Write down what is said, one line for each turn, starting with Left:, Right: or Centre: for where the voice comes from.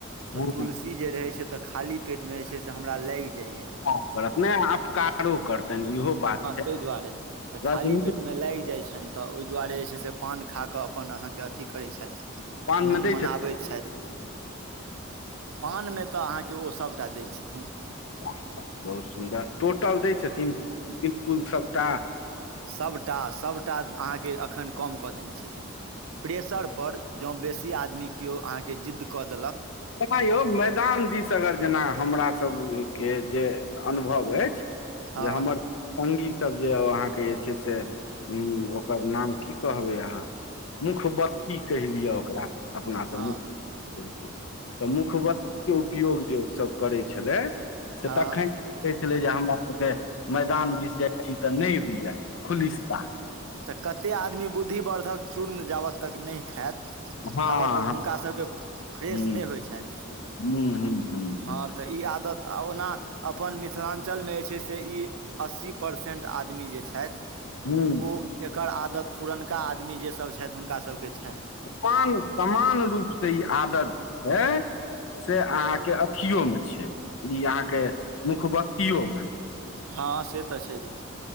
Right: तऽ
Left: हूँ
Right: तुलसी सी जे रहै छै तऽ खाली पेटमे जे छै से हमरा लागि जाइए
Left: करत ने आपकारो करतैन इहो बात छै
Right: तहि दुआरे तऽ खाली
Left: रजनी
Right: पेट मे लागि जाइत छनि तऽ ओहि दुआरे जे छै से पान खा कऽ अपन अहाँके अथि करैत छेथ
Left: पान
Right: मोन
Left: मे दै
Right: मनाबैत
Left: छथिन
Right: छथि पान मे तऽ अहाँके ओ सभटा दै छथिन
Left: अच्छा बहुत सुन्दर टोटल दै छथिन बिल्कुल सबटा
Right: सभटा सभटा अहाँके अखन कम कऽ देने छथिन प्रेशरपर जँ बेसी आदमी केओ अहाँके जिद्द कऽ देलक
Left: एना यौ मैदान दिस अगर जेना हमरासभके जे अनुभव अछि
Right: हँ
Left: जे हमर पंगी सब जे अहाँके जे छै से उ ओकर नाम की कहबै अहाँ मुखबत्ती कहि लिअ ओकरा अपनासँ
Right: हँ
Left: मुख्तहि तऽ मुखबत्तीके उपयोग जे ओसभ करै छलै से
Right: हँ
Left: तखन कहै छलै जे हमरा सभके मैदान दिस जाइ छी तऽ नहि होइया खुलिस्ता
Right: तऽ कते आदमी बुद्धिवर्धक चूर्ण जाबत तक नहि खात
Left: हँ
Right: तब तक
Left: हँ
Right: हुनका सभके फ्रेश
Left: हूँ
Right: नहि होइ छथि
Left: हुं हुं हुं
Right: हँ
Left: हुं
Right: तऽ ई आदत आ ओना अपन मिथिलाञ्चलमे जे छै से ई अस्सी परसेन्ट आदमी जे छथि
Left: हुँ
Right: ओ एकर आदत पुरनका आदमी जे सब छथि हुनका सभके छनि
Left: समान समान रूपसँ ई आदत छै से अहाँ के अथियो में छै ई अहाँ के मुख बक्तियो में
Right: हँ से तऽछे हे